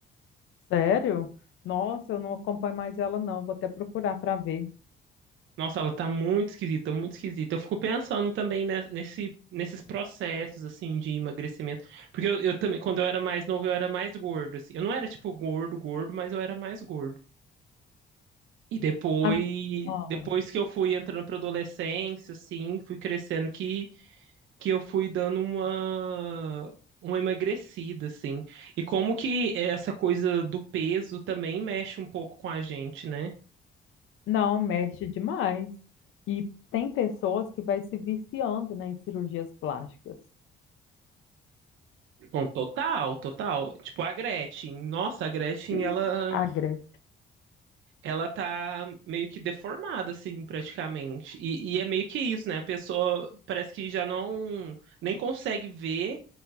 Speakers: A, on the left; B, on the right.
A: Sério? Nossa, eu não acompanho mais ela, não. Vou até procurar para ver.
B: Nossa, ela tá muito esquisita, muito esquisita. Eu fico pensando também ne- nesse, nesses processos, assim, de emagrecimento. Porque eu, eu também, quando eu era mais novo, eu era mais gordo, assim. Eu não era, tipo, gordo, gordo, mas eu era mais gordo. E depois,
A: A mi- ah,
B: depois que eu fui entrando pra adolescência, assim, fui crescendo, que, que eu fui dando uma, uma emagrecida, assim. E como que essa coisa do peso também mexe um pouco com a gente, né?
A: Não, mexe demais. E tem pessoas que vai se viciando, né, em cirurgias plásticas.
B: com total, total. Tipo, a Gretchen. Nossa, a Gretchen,
A: Hum,
B: ela,
A: Agra.
B: ela tá meio que deformada, assim, praticamente. E, e é meio que isso, né? A pessoa parece que já não, nem consegue ver